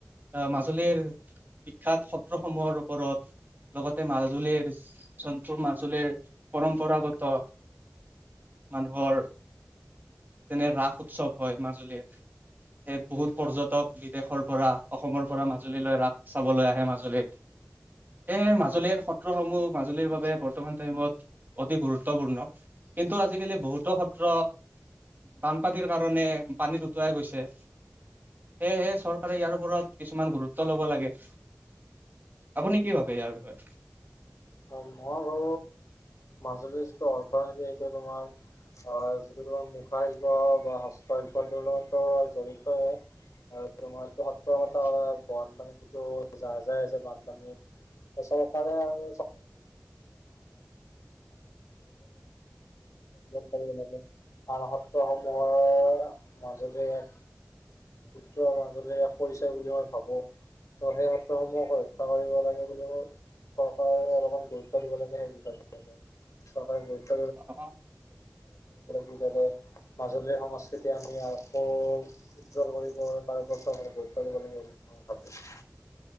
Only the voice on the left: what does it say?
অ-
মই ভাৰো, মাজুলীৰ যিটো অৰ্থনীতি সেইটো তোমাৰ হয়, যিটো তোমাৰ মুখা শিল্প বা হস্ত শিল্পৰ লগত জৰিতয়ে। হয়, <unintelligible> সঁচা কথা
বানপানীত যিটো যাৰ যায় আছে বানপানী, চৰকাৰে আৰু চৰ <unintelligible> আনা সত্ৰসমূহৰ মাজুলীয়ে চ'মাজুলীৰ এক পৰিচয় বুলি মই ভাবো। ত' সেই সত্ৰসমূহক পৰীক্ষা কৰিব লাগে বুলিও, চৰকাৰে অলপ মান গুৰুত্ব দিব লাগে সেই বিষয়টো ওপৰত, চৰকাৰে গুৰুত্ব
দিব <unintelligible> <unintelligible> মাজুলীৰ সংস্কৃতি আমি আকৌ উজ্জ্বল কৰিব তাৰপাছতো গুৰুত্ব দিব লাগে বুলি মই ভাবো।